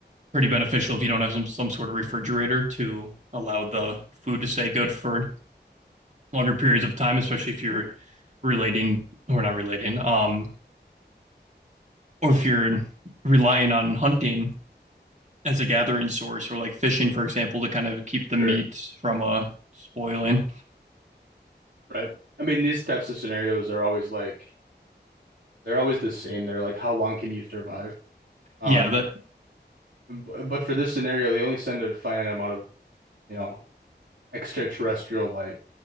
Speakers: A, on the right (about 40°); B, on the right (about 80°).
A: pretty beneficial if you don't have some, some sort of refrigerator to allow the food to stay good for longer periods of time, especially if you're relating or not relating, um, or if you're relying on hunting as a gathering source or like fishing, for example, to kind of keep
B: Sure.
A: the meat from uh spoiling.
B: Right. I mean, these types of scenarios are always like they're always the same. They're like, how long can you survive?
A: Yeah,
B: Um,
A: that
B: b- but for this scenario, they only send a finite amount of, you know, extraterrestrial life.